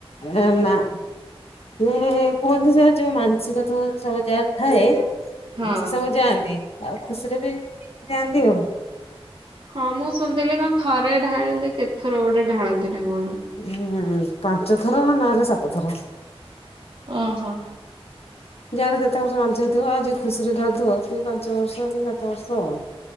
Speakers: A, on the left (about 80°); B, on the right (about 60°).
A: ଏ ନା ଇଏ କୁହନ୍ତି ସ ଯୋଉ ମାନସିକ ଥ ସବୁ ଯାର ଥାଏ
B: ହଁ।
A: ସେ ସବୁ ଯାଆନ୍ତି ଆଉ ଖୁସିରେ ବିି ଯାଆନ୍ତି ଆଉ।
B: ହଁ ମୁଁ ଶୁଣିଥିଲି କଣ ଥରେ ଢାଳିଲେ କେଥର ଗୋଟେ ଢାଳନ୍ତି ନା କଣ।
A: ହୁଁ ପାଞ୍ଚ ଥର ନହେଲେ ସାତ ଥର।
B: ଓ ହୋ।
A: ଯାହାର ଯେତେ ବର୍ଷ ମାନସ ଥିବ ଆଉ ଯି ଖୁସି ରେ ଡାରୁଥିବ ସେ ପାଞ୍ଚ ପାଞ୍ଚ ବର୍ଷ କି ସାତ ବର୍ଷ ଆଉ।